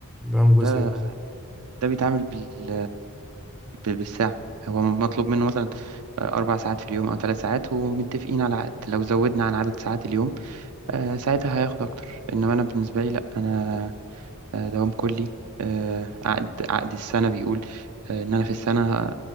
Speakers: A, in the centre; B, on the right (about 80°).
A: ده جزئي
B: ده
A: بالظبط
B: ده بيتعامل بال ب- بالساعة هو مطلوب منه مثلا أربع ساعات في اليوم أو ثلاث ساعات ومتفقين على عقد لو زودنا عن عدد ساعات اليوم آه، ساعتها هياخد أكتر إنما أنا بالنسبة لي لأ أنا آه، دوام كلي آه، عقد عقد السنة بيقول آه، إن أنا في السنة ه-